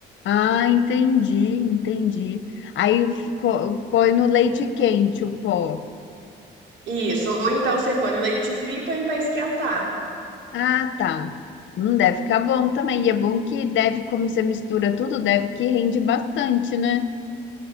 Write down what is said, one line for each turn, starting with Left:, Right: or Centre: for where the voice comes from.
Left: Ah, entendi, entendi. Aí ficou- põe no leite quente o pó.
Right: Isso. Ou então você põe no leite frio e põe pra esquentar.
Left: Ah, tá. Não deve ficar bom também. E é bom que deve, como você mistura tudo, deve que rende bastante, né?